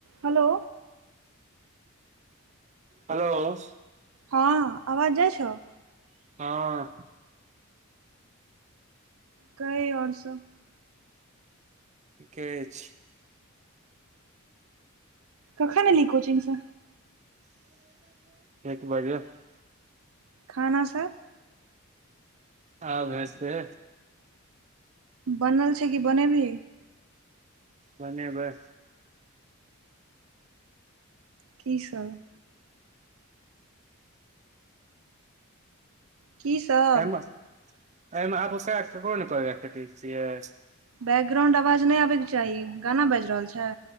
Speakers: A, on the right (about 75°); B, on the right (about 35°).
A: Hello
B: hello
A: हँ आवाज जाइछौ
B: ह
A: कही और सभ
B: ठीके अछि
A: कखन एलही कोचिंगस
B: <unintelligible> <unintelligible>
A: खाना सब
B: आब हेते
A: बनल छै कि बनेबही
B: बनेबै
A: की सभ की सब
B: <unintelligible>
A: बैकग्राउंड आवाज नै आबै कऽचाही गाना बाइज रहल छै